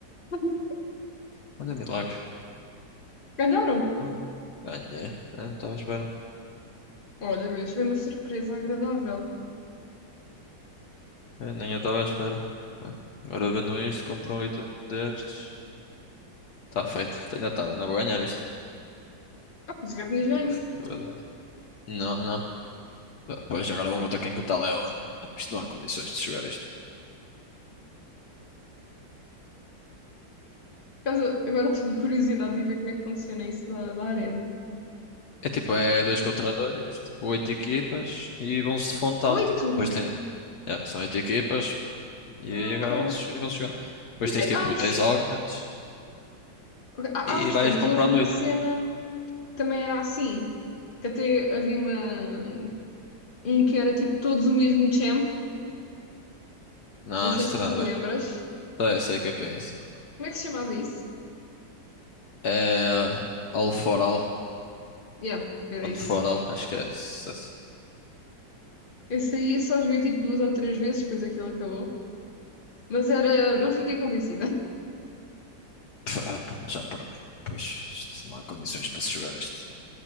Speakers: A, on the left; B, on the left.
A: <laughs>
B: Mas é milagres.
A: Ganharam!
B: Ah, Ganhei. Eu não estava à espera.
A: Olha, vês, foi uma surpresa agradável.
B: Eu nem eu estava à espera. Bem, Agora vendo isto, compro um item destes. Está feito. Ainda estava. Ainda vou ganhar isto.
A: Ah, por isso que eu tinha joelho.
B: Tô a ficar- Não, não. Ah, Pois agora vou contar quem que o tal é o Ana. Ah, Isto não há condições de jogar isto.
A: Por causa- Agora estou com curiosidade de ver como é que funciona isso da, da arena.
B: É tipo, é dois contra dois tipo, oito equipas e vão-se de fontão.
A: Oito?
B: Tipo, depois tem, Yeah, são oito equipas e aí
A: Ah,
B: agora
A: Ok.
B: vamos, e vamos jogar Depois
A: Isso
B: tens
A: é,
B: tipo,
A: há uns,
B: tens augments
A: ok, há,
B: e
A: há uns
B: vais
A: tempos
B: comprando
A: houve uma
B: item.
A: cena que também era assim, que até havia uma, um que era tipo todos o mesmo champ,
B: Não,
A: não sei
B: isto
A: se
B: nada
A: te lembras.
B: a ver. Sei, sei o que é que é isso. mas não.
A: Como é que se chamava isso?
B: É all for all,
A: Yeah, era
B: one
A: isso.
B: for all, acho que é isso.
A: Esse aí eu só joguei tipo duas ou três vezes, depois aquilo acabou. Mas era, não fiquei convencida. <laughs>
B: Pff, ah, pronto, já perdi. meu, Pois isto não há condições para se jogar isto.